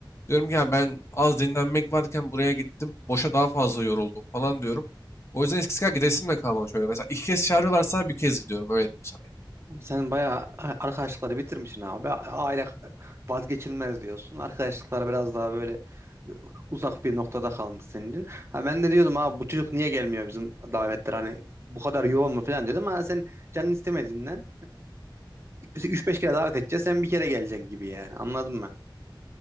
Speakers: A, on the left; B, on the right.
A: Diyorum ki ya ben az dinlenmek varken buraya gittim. Boşa daha fazla yoruldum falan diyorum. O yüzden eskisi kadar gidesim de kalmamış öyle. Mesela iki kez çağırıyorlarsa bir kez gidiyorum öyle diyeyim sana. yani.
B: Sen bayağı e, arkadaşlıkları bitirmişsin abi. Aile vazgeçilmez diyorsun. Arkadaşlıklar biraz daha böyle e, uzak bir noktada kalmış senin için. Ha ben de diyordum abi bu çocuk niye gelmiyor bizim davetlere hani bu kadar yoğun mu falan diyordum ama sen canın istemediğinden üç beş kere davet edeceğiz sen bir kere geleceksin gibi yani anladım ben.